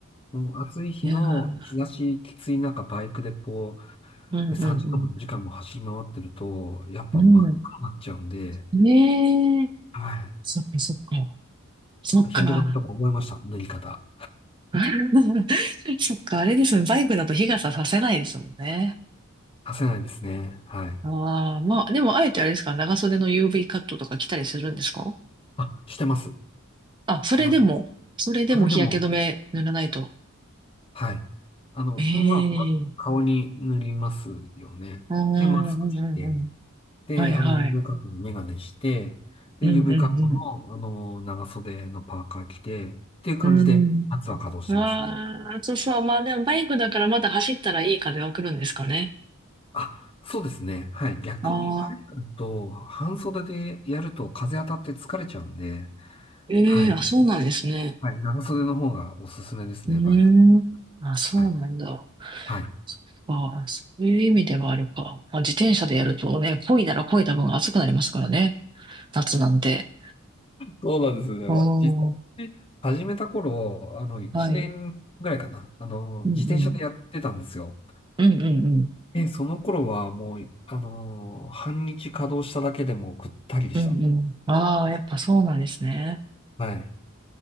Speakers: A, on the left; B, on the right.
A: もう暑い日の日差しきつい中、
B: いやー、
A: バイクでこう、
B: うんうん
A: で3時間も2時間も走り回ってると、やっぱ真っ赤になっちゃうんで、
B: うん。うん。ねえ。
A: はい。
B: そっかそっか。そっか。
A: 日焼け止めとか覚えました。塗り方。
B: <laughs> そっか、あれですね。バイクだと日傘させないですもんね。
A: させないですね。はい。
B: ああ、まあ、でもあえてあれですか、長袖の UV カットとか着たりするんですか
A: あ、してます。
B: あ、
A: してます。
B: それでも、それでも日焼け止め塗らないと。
A: それでも、はい。あの、
B: え
A: まあ、まず顔に塗りますよね。
B: え。うんうんうんうん。
A: で、マスクして、で、
B: はいはい。
A: あの、UV カットのメガネして、で、
B: うんうん
A: UV カットの、あの、長袖のパーカー着て、っていう感じで、
B: うん。
A: 夏は稼働してますね。
B: うん。わあ、そうそう。まあでもバイクだからまだ走ったらいい風は来るんですかね。
A: あ、そうですね。はい。逆にバイクと半袖でやると風当たって疲れちゃうんで、
B: ああ、ええあ、
A: はい。
B: そうなんですね。
A: はい。長袖の方がおすすめですね、
B: うーん。
A: バイク。
B: あ、そうなんだ。
A: はい。はい。
B: そっか、そういう意味ではあるか。まあ、自転車でやるとね、漕いだら漕いだ分暑くなりますからね。夏なんで。
A: そうなんですね。
B: お
A: まあ、実際、
B: ー、
A: 始めた頃、あの、1年ぐらいかな。
B: はい。
A: あの、
B: うんうん。
A: 自転車でやってたんですよ。
B: うんうんうん。
A: で、その頃はもう、あの、半日稼働しただけでもぐったりでした。
B: うんうん。ああ、やっぱそうなんですね。
A: はい。